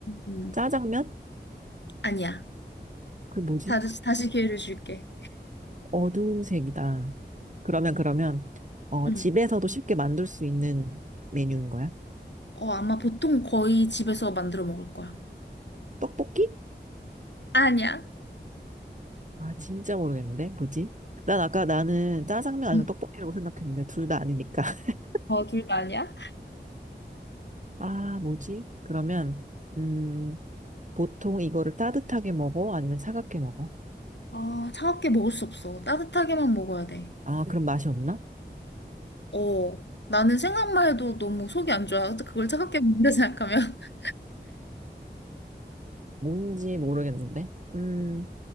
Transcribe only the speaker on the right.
짜장면?
그 뭐지?
어두운 색이다. 그러면, 그러면, 어,
집에서도 쉽게 만들 수 있는 메뉴인 거야?
떡볶이?
아, 진짜 모르겠는데. 뭐지? 난 아까 나는 짜장면 아니면
떡볶이라고 생각했는데, 둘 다 아니니까. <laughs>
아, 뭐지? 그러면, 음, 보통 이거를 따뜻하게 먹어? 아니면 차갑게 먹어?
아, 그럼 맛이 없나?
뭔지 모르겠는데. 음,